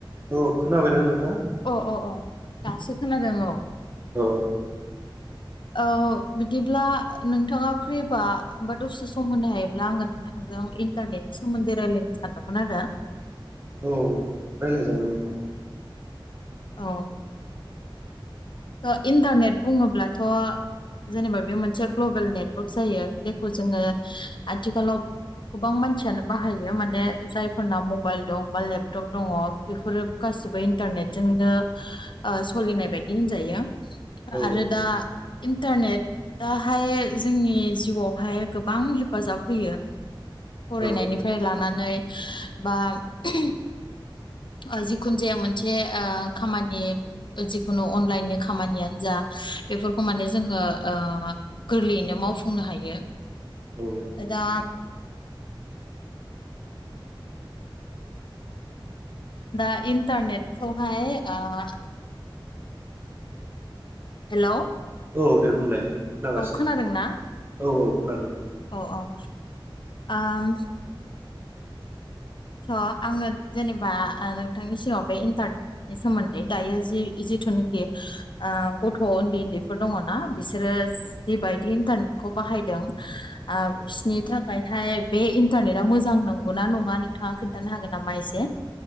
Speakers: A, on the right; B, on the left.
A: औ खोनाबायना नोंथां?
B: अ अ अ दासो खोनादों औ।
A: औ
B: औ बिदिब्ला नोंथाङा फ्रिब्ला होमबा दसे सम होनो हायोब्ला आङो नोंथां जों इन्टारनेटनि सोमोन्दै रायज्लायनो सानदोंमोन आरो।
A: औ रायलाय जागोन नोंथां।
B: औ। ओ इन्टारनेट बुङोब्लाथ' जेनेबा बे मोनसे ग्लबेल नेटवार्क जायो जेखौ जोङो आथिखालाव गोबां मानसियानो बाहायो माने जायफोरना मबाइल दं बा लेपटप दङ बेफोरो गा सैबो इन्टारनेट जोंनो ओ सोलिनाय बाय दि होनजायो
A: औ
B: आरो दा इन्टारनेटाहाय जोंनि जिउआवहाय गोबां हेफाजाब होयो। फरायनायनिफ्राय
A: औ
B: लानानै बा <unintelligible> ओ जिखुनु जाया मोनसे ओ खामानि जि खुनु अनलाइननि खामानियानो जा बेफोरखौ माने जोङो ओ गोरलैयैनो मावफुंनो हायो
A: औ
B: दा दा इन्टारनेटखौहाय ओ हेलौ
A: औ दे बुंलाय। खोनागासिनो
B: औ खोनादों ना
A: औ औ खोनादों
B: औ औ ओम स' आङो जेनेबा नोंथांनि सिगाव बे इन्टारनेटनि सोमोन्दै दायो जि-जि जिथुनिखि ओ गथ' उन्दै उन्दैफोर दङना बिसोरो जिबायदि इन्टारनेखौ बाहायदों ओ
A: औ
B: बिसोरनि थाखायहाय बे इन्टारनेटा मोजां नंगौना नङा नों थाङा खोन्थानो हागोन नामा एसे।